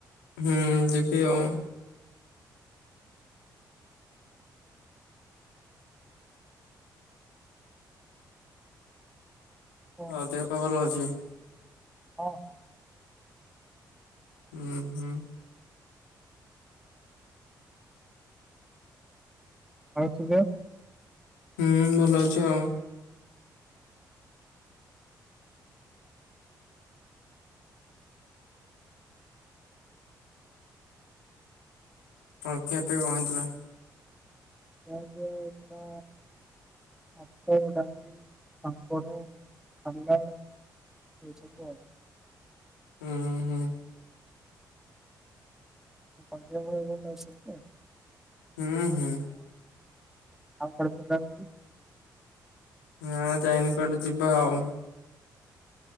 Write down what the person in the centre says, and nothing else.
କଣ
କରାଯିବ
ହଁ, ହଁ।
ଆଉ ତୁମେ?
ଖିଆ ପିଆ ହେଇଥିଲା ଭାତ, ଡାଲି, ପାମ୍ପଡ, ସାଲାଡ୍। ଏଇ ଛବୁ।
<unintelligible>
<unintelligible>